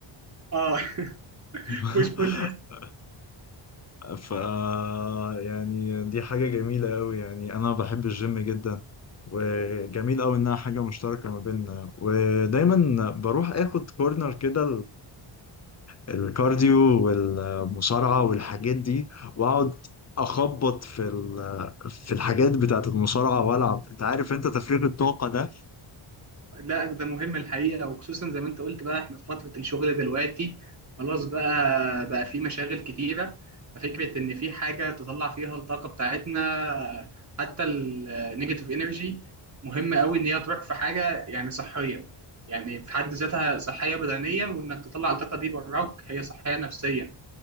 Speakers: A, on the right; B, on the left.
A: اه <laughs>
B: <laughs>
A: بوش بول
B: ف يعني دي حاجة جميلة أوي يعني أنا بحب الجيم جدا وجميل أوي إنها حاجة مشتركة ما بيننا ودايما بروح آخد كورنر كده الكارديو والمصارعة والحاجات دي واقعد اخبط في ال- في الحاجات بتاعت المصارعة والعب انت عارف انت تفريغ الطاقة ده
A: لا ده مهم الحقيقة وخصوصا زي ما انت قلت بقى احنا في فترة الشغل دلوقتي خلاص بقى بقى في مشاغل كتيرة ففكرة ان في حاجة تطلع فيها الطاقة بتاعتنا حتى النيجاتيف انرجي مهمة قوي ان هي تروح في حاجة يعني صحية يعني في حد ذاتها صحية بدنيا وانك تطلع الطاقة دي براك هي صحية نفسيا